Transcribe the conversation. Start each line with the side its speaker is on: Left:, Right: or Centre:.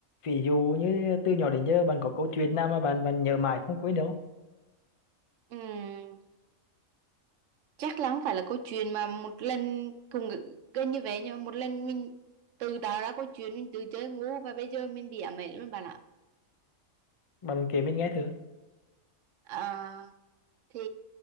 Left: ví dụ như từ nhỏ đến giờ bạn có câu chuyện nào mà bạn bạn nhớ mãi không quên đâu
Right: Ừm, chắc là không phải là câu chuyện mà một lần cùng gần như vậy nhưng mà một lần mình tự tạo ra câu chuyện mình tự chơi ngu và bây giờ mình bị ám ảnh luôn bạn ạ
Left: bạn kể bên nghe thử
Right: à, thì